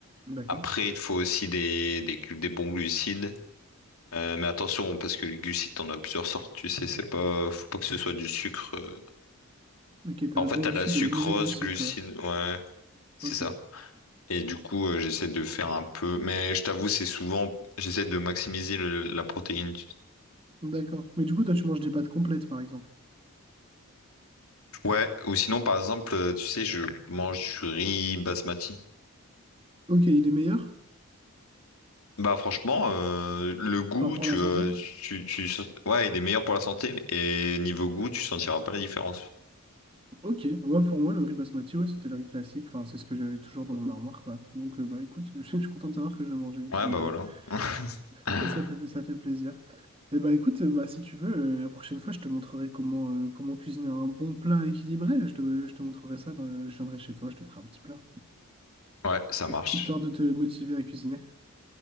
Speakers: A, on the right; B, on the left.
A: D'accord.
B: Après, il te faut aussi des, des, glu- des bons glucides. Euh, mais attention, parce que les glucides, t'en as plusieurs sortes, tu sais, c'est pas, faut pas que ce soit du sucre. euh.
A: Ok, t'as
B: En
A: le
B: fait,
A: bon
B: t'as
A: glucide
B: la sucrose,
A: et le mauvais glucide,
B: glucide,
A: quoi.
B: ouais, c'est
A: Ok,
B: ça. Et du coup, euh, j'essaie de faire un peu, mais je t'avoue, c'est souvent, j'essaie de maximiser le- la protéine.
A: d'accord. Mais du coup, toi, tu manges des pâtes complètes, par exemple.
B: Ouais, ou sinon, par exemple, euh, tu sais, je mange du riz basmati.
A: Ok, il est meilleur?
B: Bah franchement, euh, le goût,
A: Enfin, pour
B: tu,
A: la
B: euh,
A: santé?
B: tu, tu, ouais, il est meilleur pour la santé, et niveau goût, tu sentiras pas la différence.
A: Ok, ouais, pour moi, le riz basmati, ouais, c'était le riz classique. Enfin, c'est ce que j'avais toujours dans mon armoire, quoi. Donc, euh, bah, écoute, <laughs> je suis content de savoir que je mangeais équilibré.
B: Ouais, bah voilà.
A: <laughs>
B: <laughs>
A: Ça fait, ça fait plaisir. Et bah, écoute, euh, bah, si tu veux, euh, la prochaine fois, je te montrerai comment, euh, comment cuisiner un bon plat équilibré. Je te, je te montrerai ça, dans- euh, je viendrai chez toi, je te ferai un petit plat.
B: Ouais, ça marche.
A: Hist- Histoire de te motiver à cuisiner.